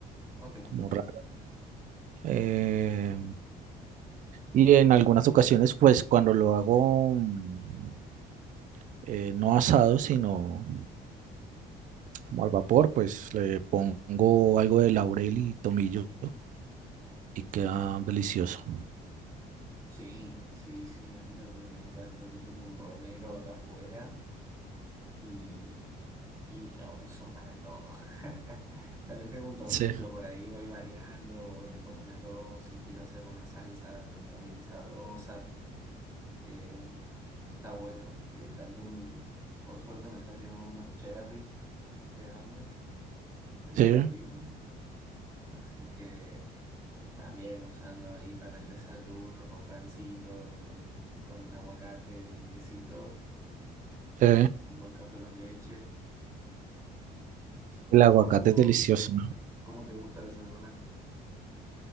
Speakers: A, on the right (about 20°); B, on the right (about 50°).
A: Ok,
B: como raro. Eh, y en algunas ocasiones, pues cuando lo hago mm, eh, no asado, sino como al vapor, pues le pongo algo de laurel y tomillo y queda delicioso.
A: Sí, sí, sí, a mí también me encanta. Yo tengo un romero acá afuera y, y lo uso para todo. <laughs> También tengo un tomillo
B: Sí.
A: por ahí, voy variando, le pongo las dos si quiero hacer una salsa como bien sabrosa. Eh, está bueno. Eh, también, por suerte, me salieron unos cherries este año del
B: Sí,
A: jardín, así que... También usando ahí para el desayuno con pancito, con, con aguacate y quesito,
B: sí.
A: un buen café con leche.
B: El aguacate
A: ¿A vos cómo,
B: es delicioso.
A: cómo te gusta desayunar?